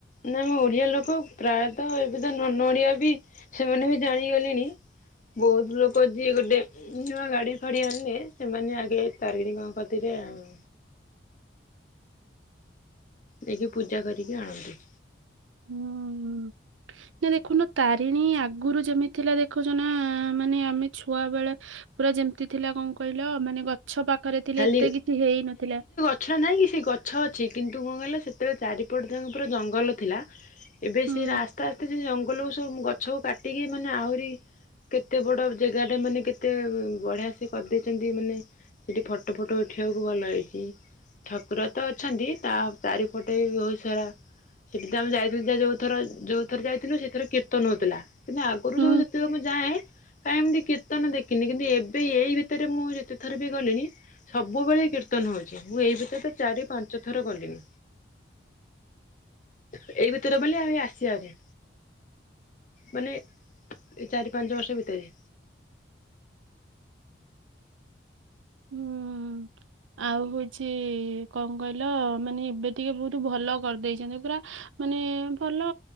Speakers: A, on the left; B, on the right.
A: ନା ଆମେ ଓଡ଼ିଆ ଲୋକ ପ୍ରାୟତଃ ଏବେ ତ ନନ୍ ଓଡ଼ିଆ ବି ସେମାନେ ବି ଜାଣିଗଲେଣି ବହୁତ ଲୋକ ଯିଏ ଗୋଟେ ନୂଆ ଗାଡ଼ି ଫାଡ଼ି ଆଣିଲେ ସେମାନେ ଆଗେ ତାରିଣୀ ଙ୍କ କତିରେ ଆଉ ନେଇକି ପୂଜା କରିକି ଆଣନ୍ତି।
B: ହୁଁ ହୁଁ। ହେ ଦେଖୁନ ତାରିଣୀ ଆଗରୁ ଯେମିତି ଥିଲା ଦେଖୁଛ ନା ମାନେ ଆମେ ଛୁଆ ବେଳେ ପୁରା ଯେମିତି ଥିଲା କଣ କହିଲ ମାନେ ଗଛ ପାଖରେ ଥିଲେ
A: ଖାଲି
B: ଏତେ କିଛି ହେଇନଥିଲା।
A: ଗଛ ନାଇଁ କି ସେ ଗଛ ଅଛି କିନ୍ତୁ କଣ କହିଲ ସେତେବେଳେ ଚାରିପଟ ଯାକ ପୁରା ଜଙ୍ଗଲ ଥିଲା। ଏବେ
B: ହୁଁ
A: ସେ ରେ ଆସ୍ତେ ଆସ୍ତେ ସେ ଜଙ୍ଗଲକୁ ସବୁ ଗଛକୁ କାଟିକି ମାନେ ଆହୁରି କେତେ ବଡ ଜେଗା ଟା ମାନେ କେତେ ବଢିଆ ସେ କରିଦେଇଚନ୍ତି ମାନେ ସେଠି ଫଟୋ ଫୁଟ ଉଠେଇଆକୁ ଭଲ ହେଇଚି। ଠାକୁର ତ ଅଛନ୍ତି ତା ଚାରିପଟେ ବି ବହୁ ସାରା ସେଠି ତ ଆମ ଯାଇଥିଲୁ ଯୋଉଥର ଯୋଉଥର ଯାଇଥିଲୁ ସେଇଥିର କୀର୍ତନ ହଉଥିଲା। କିନ୍ତୁ ଆଗରୁ
B: ହୁଁ
A: ଯୋଉ ଯେତେବେଳେ ମୁଁ ଯାଏ। କାଇଁ ଏମିତି କୀର୍ତ୍ତନ ଦେଖିନି କିନ୍ତୁ ଏବେ ଏଇ ଭିତରେ ମୁଁ ଯେତେ ଥର ବି ଗଲିଣି। ସବୁବେଳେ କୀର୍ତ୍ତନ ହଉଚି ମୁଁ ଏଇ ଭିତରେ ତ ଚାରି ପାଞ୍ଚ ଥର ଗଲିଣି। ଏଇ ଭିତରେ ବୋଲେ ଏଇ ଆସିଆରେ। ମାନେ ଏ ଚାରି ପାଞ୍ଚ ବର୍ଷ ଭିତରେ।
B: ହୁଁ ଉଁ। ଆଉ ହଉଚି କଣ କହିଲ ମାନେ ଏବେ ଟିକେ ବହୁତ୍ ଭଲ କରିଦେଇଚନ୍ତି ପୁରା ମାନେ ଭଲ